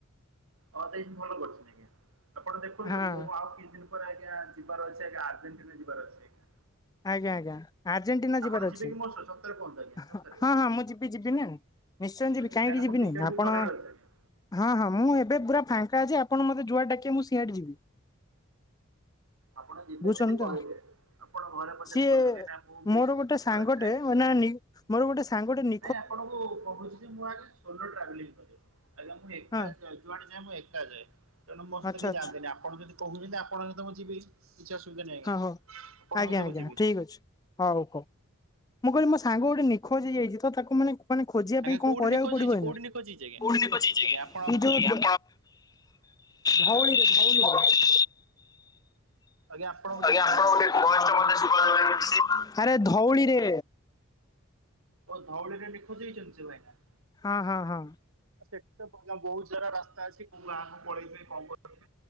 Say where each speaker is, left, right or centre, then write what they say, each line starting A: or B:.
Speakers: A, on the right (about 80°); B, on the left (about 15°).
A: ଅ ଦେଇ ଭଲ କରିଛନ୍ତି ଆଜ୍ଞ ଆପଣ ଦେଖନ୍ତୁ
B: ହଁ
A: ମୁଁ ଆଉ କିଛିଦିନ। <unintelligible> ଆଜ୍ଞା ଯିବାର ଅଛି ଆଜ୍ଞା ଆର୍ଜେଣ୍ଟିନା ଯିବାର ଅଛି ଆଜ୍ଞା।
B: ଆଜ୍ଞା ଆଜ୍ଞା ଆର୍ଜେଣ୍ଟିନା
A: ଆପଣ
B: ଯିବାର
A: ଯିବେ
B: ଅଛି
A: କି ମୋ ସହ ସତରେ କୁହନ୍ତୁ ଆଜ୍ଞା ସତରେ
B: ହଁ ହଁ ହଁ ମୁଁ ଯିବି ଯିବିନି। ନିଶ୍ଚୟ
A: କାହିଁକିନା
B: ଯିବି କାହିଁକି
A: ମୁଁ
B: ଯିବିନି
A: ଟିକେଟ୍ ବି
B: ଆପଣ।
A: କରିବାର ଅଛି ଆଜ୍ଞା
B: ହଁ ହଁ ମୁଁ ଏବେ ପୁରା ଫାଙ୍କା ଅଛି ଆପଣ ମତେ ଯୁଆଡେ ଡାକିବେ ମୁଁ ସିଆଡେ ଯିବି।
A: ଆପଣ ଯିବେ
B: ବୁଝୁଛନ୍ତି
A: ଯଦି କହିବେ
B: ତ
A: ଆପଣ ଘରେ।
B: ସିଏ ମୋର ଗୋଟେ
A: <unintelligible>
B: <unintelligible> ମୋର ଗୋଟେ ସାଙ୍ଗଟେ ନି
A: ନାଇଁ ଆପଣଙ୍କୁ କହୁଛି ଯେ ମୁଁ ଆଗେ ସୋଲୋ ଟ୍ରାଭେଲିଂ କରେ। ମୁଁ ଏକା
B: ହଁ
A: ଯା ଯୁଆଡେ ଯା ମୁଁ ଏକା ଯାଏ ତେଣୁ ମୋ ସହିତ
B: ଆଚ୍ଛା
A: କେହି
B: ଆଚ୍ଛା
A: ଜାଣନ୍ତିନି। ଆପଣ ଯଦି କହୁଛନ୍ତି ଆପଣ ହ ତ ମୁଁ ଯିବି କିଛି ଅସୁବିଧା ନାହିଁ ଆଜ୍ଞା
B: ହଁ ହଉ
A: ଆପଣ
B: ଆଜ୍ଞା
A: ସହିତ
B: ଆଜ୍ଞା
A: ମୁଁ ଯିବି।
B: ଠିକ୍ ଅଛି ହଉ ହଉ ମୁଁ କହିଲି ମୋ ସାଙ୍ଗ ଗୋଟେ ନିଖୋଜ ହେଇଯାଇଛି ତ ତାକୁ ମାନେ ମାନେ ଖୋଜିବା
A: ଆଜ୍ଞା
B: ପାଇଁ କଣ
A: କୋଉଠି
B: କରିବାକୁ
A: ନିଖୋଜ
B: ପଡିବ
A: ହେଇଛି
B: ଏଇନା
A: କୋଉଠି ନିଖୋଜ ହେଇଛି ଆଜ୍ଞା?
B: କୋଉଠେ ହଜିଚିକି
A: ଆଜ୍ଞା ଆପଣ
B: ଏ ଜଉ ଧଉଳିରେ ଧଉଳି
A: ଆଜ୍ଞା ଆପଣଙ୍କ
B: ଆଜ୍ଞା
A: ଟିକେ ଭଏସ
B: ଆପଣଙ୍କ
A: ଟା ମତେ ଶୁଭା
B: ଭଏସ ଟିକେ
A: ଯାଉନି ଠିକ୍
B: ଶୁଭା
A: ସେ।
B: ଲ ଗଲାନି ଆରେ ଧଉଳିରେ
A: ଓ ଧଉଳିରେ ନିଖୋଜ ହେଇଛନ୍ତି ସେ ଭାଇନା।
B: ହଁ ହଁ ହଁ।
A: ସେଠି ତ ବହୁତ ସାରା ରାସ୍ତା ଅଛି କୋଉ ଗାଁକୁ ପଳେଇ କଣ କରୁ